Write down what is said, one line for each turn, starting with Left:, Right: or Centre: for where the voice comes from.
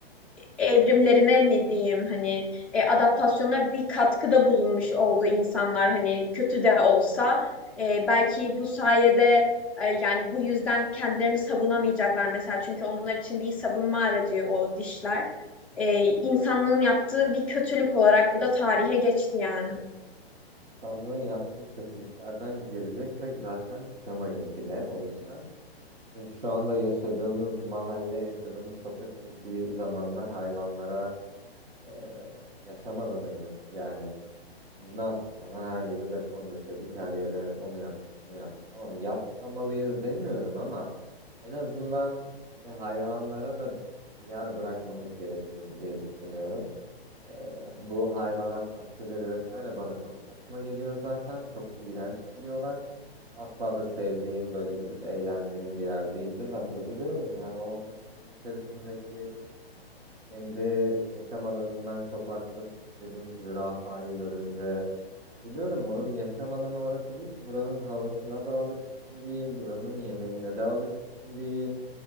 Centre: evrimlerine mi diyeyim hani e, adaptasyona bir katkıda bulunmuş oldu insanlar hani kötü de olsa E, belki bu sayede e, yani bu yüzden kendilerini savunamayacaklar mesela çünkü onlar için bir savunma aracı o dişler E, insanlığın yaptığı bir kötülük olarak bu da tarihe geçti yani.
Right: insanlığın yaptığı kötülüklerden gireceksek zaten çıkamayız bile o işten. Çünkü şu anda yaşadığımız mahalle, yaşadığımız sokak da bir zamanlar hayvanlara e, yaşam alanıydı. Yani biz ne yaptık ama her yeri beton döşedik, her yere onu yaptık, bunu yaptık. Tamam yapmamalıyız demiyorum ama en azından hani hayvanlara da bir yer bırakmamız gerekiyordu diye düşünüyorum. E, bu hayvanat bahçeleri vesaire bana çok saçma geliyor zaten. Çok iğrenç geliyorlar. Asla da sevdiğim böyle gidip eğlendiğim bir yer değildir. Ben üzülüyorum yani o kafesin içerisindeki kendi yaşam alanından kopartılıp getirilmiş zürafayı görünce üzülüyorum. Onun yaşam alanı orası değil ki. Buranın havasına da alışkın değil, buranın yemeğine de alışkın değil.